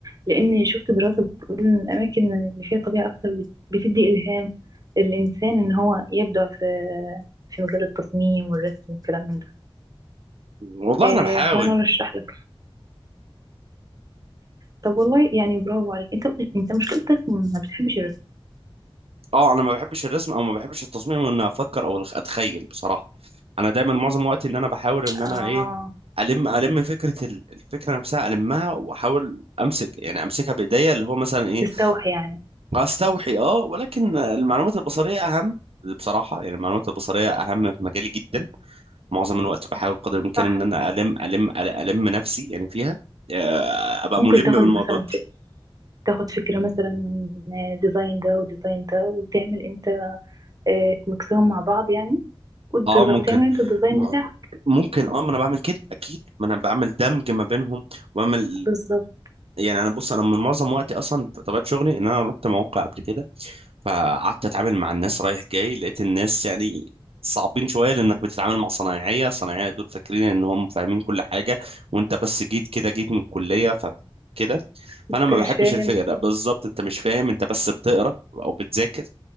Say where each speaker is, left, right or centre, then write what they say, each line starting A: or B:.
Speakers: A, on the right; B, on the right.
A: لأن شفت دراسة بتقول إن الأماكن اللي فيها طبيعة أكتر بت- بتدي إلهام للإنسان إن هو يبدع في في مجال التصميم والرسم والكلام من ده
B: والله
A: آه،
B: انا بحاول
A: فأنا أرشح لك طب والله يعني برافو عليك أنت أنت مشكلتك ما بتحبش الرسم
B: اه انا ما بحبش الرسم او ما بحبش التصميم ان افكر او الخ- اتخيل بصراحه انا دايما معظم وقتي ان انا بحاول ان انا
A: آه
B: ايه الم الم فكره ال- الفكره نفسها المها واحاول امسك يعني امسكها بايديا اللي هو مثلا ايه
A: تستوحي يعني
B: استوحي اه ولكن المعلومات البصريه اهم بصراحه يعني المعلومات البصريه اهم في مجالي جدا معظم الوقت بحاول قدر الامكان
A: صح
B: ان انا الم الم الم نفسي يعني فيها آه، ابقى
A: ممكن
B: ملم
A: تاخد
B: بالموضوع
A: مثلا تاخد فكرة مثلا من ديزاين ده وديزاين ده وتعمل انت آه، تمكسهم مع بعض يعني والديز-
B: اه ممكن
A: وتعمل انت الديزاين
B: م-
A: بتاعك
B: ممكن اه ما انا بعمل كده اكيد ما انا بعمل دمج ما بينهم وبعمل
A: بالظبط
B: يعني انا بص انا من معظم وقتي اصلا طبيعه شغلي ان انا رحت مواقع قبل كده فقعدت اتعامل مع الناس رايح جاي لقيت الناس يعني صعبين شويه لانك بتتعامل مع صنايعيه صنايعيه دول فاكرين انهم فاهمين كل حاجه وانت بس جيت كده جيت من الكليه ف كده
A: انت
B: فانا ما
A: مش
B: بحبش
A: فاهم
B: الفكره ده بالظبط انت مش فاهم انت بس بتقرا او بتذاكر